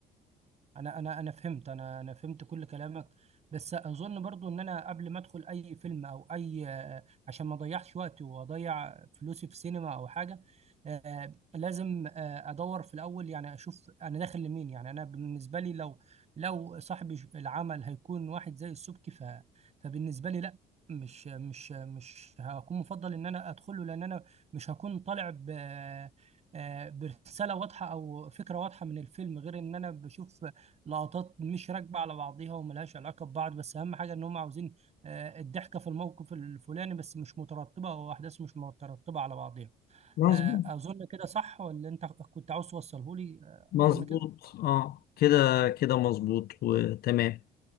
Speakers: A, on the right (about 40°); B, on the left (about 65°).
A: انا انا انا فهمت انا انا فهمت كل كلامك بس اظن برضو ان انا قبل ما ادخل اي فيلم او اي عشان ما اضيعش وقتي واضيع فلوسي في سينما او حاجه آه، لازم آه، ادور في الاول يعني اشوف انا داخل لمين يعني انا بالنسبه لي لو لو صاحب العمل هيكون واحد زي السبكي ف فبالنسبه لي لا مش مش مش هكون مفضل ان انا ادخله لان انا مش هكون طالع ب آه، آه، برساله واضحه او فكره واضحه من الفيلم غير ان انا بشوف لقطات مش راكبه على بعضيها وملهاش علاقه ببعض بس اهم حاجه ان هم عاوزين آه، الضحكه في الموقف الفلاني بس مش مترتبه او احداث مش مترتبه على بعضيها
B: مظبوط
A: آه، اظن كده صح ولا انت كنت عاوز توصله لي آه،
B: مظبوط
A: اظن كده
B: اه كده كده مظبوط وتمام